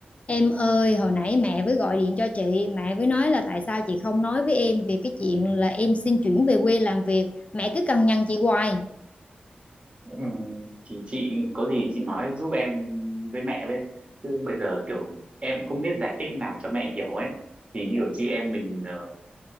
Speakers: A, on the left; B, on the right.
A: Em ơi, hồi nãy mẹ mới gọi điện cho chị, mẹ mới nói là tại sao chị không nói với em về cái chuyện là em xin chuyển về quê làm việc. Mẹ cứ cằn nhằn chị hoài.
B: Ừ, thì chị có gì chị nói giúp em với mẹ với chứ bây giờ kiểu em cũng không biết giải thích nào cho mẹ hiểu ấy thì như kiểu chị em mình ờ,